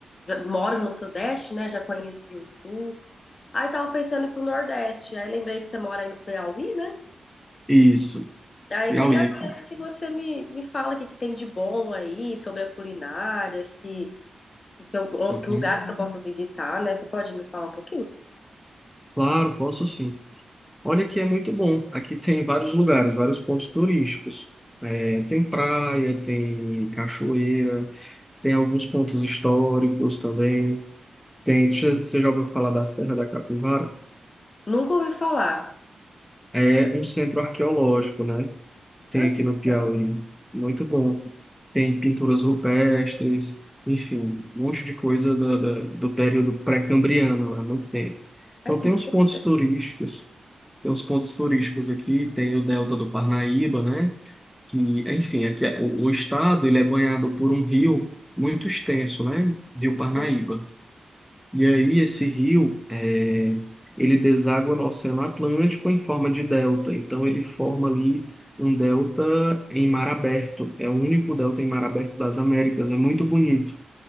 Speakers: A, on the left; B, in the centre.
A: já moro no Sudeste, né, já conheci o Sul, aí tava pensando em ir pro Nordeste, aí lembrei que você mora aí no Piauí, né,
B: Isso,
A: aí
B: Piauí
A: queria
B: aqui.
A: ver se você me, me fala o que que tem de bom aí, sobre a culinária, se... Que eu-
B: Uhum.
A: que lugares que eu posso visitar, né? Você pode me falar um pouquinho?
B: Claro, posso sim. Olha que é muito bom. Aqui tem vários lugares, vários pontos turísticos. É, tem praia, tem cachoeira, tem alguns pontos históricos também. Tem, você você já ouviu falar da Serra da Capivara?
A: Nunca ouvi falar.
B: É um centro arqueológico, né? Tem
A: Ai, que
B: aqui no Piauí.
A: legal.
B: Muito bom. Tem pinturas rupestres, enfim, um monte de coisa da, da- do período pré-cambriano, há muito tempo.
A: Ai,
B: Então
A: que
B: tem
A: interessante.
B: uns pontos turísticos, tem uns pontos turísticos aqui, tem o Delta do Parnaíba, né? Que, enfim, aqui é- o, o estado ele é banhado por um rio muito extenso, né? Rio Parnaíba.
A: Hum.
B: E aí esse rio, eh, ele deságua no Oceano Atlântico em forma de delta. Então ele forma ali um delta em mar aberto. É o único delta em mar aberto das Américas. É muito bonito.